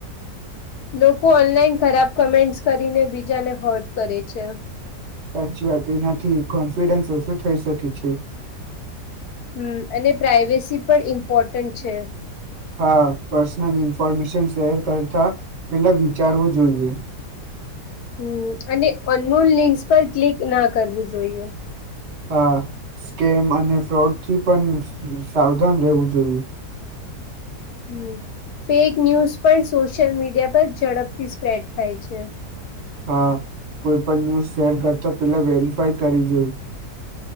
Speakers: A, on the left; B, on the right.
A: લોકો ઓનલાઈન ખરાબ કમેન્ટસ કરીને બીજાને હોટ કરે છે.
B: સાચી વાત એનાથી કોન્ફિડન્સ ઓછું થઈ શકે છે.
A: હમ અને પ્રઇવેસી પણ ઇમ્પોર્ટન્ટ છે.
B: હા પર્સનલ ઈન્ફોર્મેશન શેર કરતા પેલા વિચારવું જોઈએ
A: હમ અને અન લિંકસ પર ક્લિક ના કરવું જોઈએ
B: હા સ્કેમ અને ફ્રોડ થી પણ સાવધાન રહેવું જોઈએ
A: હમ ફેક ન્યૂઝ પણ સોશિયલ મીડિયા પર ઝડપથી સ્પ્રેડ થાય છે.
B: હા કોઈ પણ ન્યૂઝ શેર કરતા પેલા વેરીફાય કરી જોયું